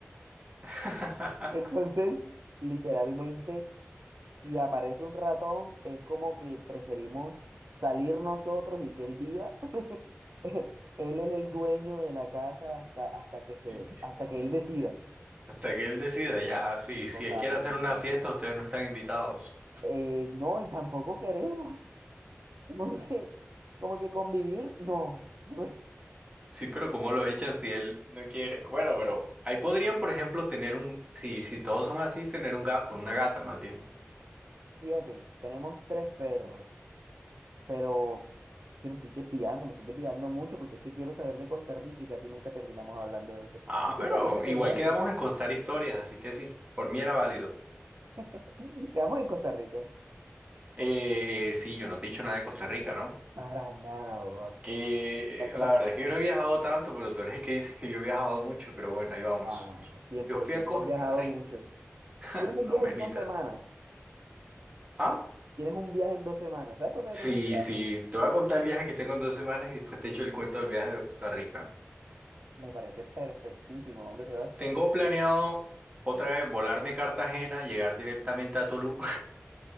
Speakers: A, on the right; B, on the right.
A: <laughs>
B: <laughs> Entonces, literalmente, si aparece un ratón, es como que preferimos salir nosotros y que él viva. <laughs> Él es el dueño de la casa hasta, hasta que se,
A: Y
B: hasta que él decida.
A: Hasta que él decida, ya, ah, sí,
B: Sí,
A: si
B: Totalmente,
A: él quiere hacer una
B: hermano.
A: fiesta, ustedes no están invitados.
B: Eh, no, y tampoco queremos. <laughs> Como que, como que convivir, no. <laughs>
A: Sí, pero ¿cómo lo echan si él no quiere? Bueno, pero ahí podrían, por ejemplo, tener un, si, si todos son así, tener un gato, una gata más bien.
B: Fíjate, tenemos tres perros, pero. que me estoy desviando, me estoy desviando mucho porque es que quiero saber de Costa Rica y casi nunca terminamos hablando de eso.
A: Ah,
B: ¿En Costa
A: pero
B: Rica que
A: igual
B: viajaste,
A: quedamos
B: ¿verdad?
A: en contar historias, así que sí, por mí era válido.
B: <laughs> Quedamos en Costa Rica.
A: Eh, eh, sí, yo no te he dicho nada de Costa Rica, ¿no?
B: Para nada.
A: Que
B: ¿Qué
A: eh,
B: te
A: la
B: parece
A: verdad
B: ese
A: es que
B: país?
A: yo no he viajado tanto, pero tú eres el que dices que yo he viajado mucho, pero bueno, ahí vamos.
B: Ah,
A: Yo
B: cien
A: yo
B: por
A: fui
B: ciento.
A: a Costa
B: Has viajado
A: Rica,
B: mucho.
A: <laughs>
B: Tienes un
A: no,
B: viaje
A: Belita.
B: en dos semanas.
A: ¿Ah?
B: Tienes un viaje en dos semanas. ¿Sabes cuándo
A: Sí,
B: yo tengo un viaje?
A: sí, te voy a contar el viaje que tengo en dos semanas y después te echo el cuento del viaje de Costa Rica.
B: Me parece perfectísimo. ¿Dónde te vas?
A: Tengo planeado otra vez volarme a Cartagena, llegar directamente a Tolú.